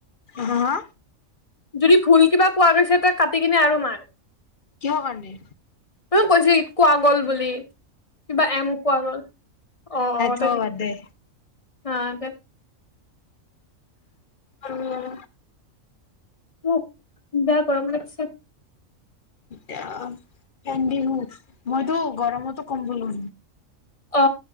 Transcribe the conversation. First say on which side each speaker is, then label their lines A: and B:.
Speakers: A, on the left (about 45°); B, on the left (about 25°).
A: হ।
B: যদি ভুল কিবা পোৱা গৈছে তাক কাটি কিনে আৰু মাৰ,
A: কিহৰ কাৰণে?
B: মই কৈছোঁৱেই কোৱা গ'ল বুলি। কিবা এম পোৱা গ'ল আৰু, অ। অ।
A: হব দে।
B: অ দে। ‌
A: উম।
B: উ। বেয়া গৰম লাগিছে।
A: য়া বিহু, মইতো গৰমতো কম বলো
B: অ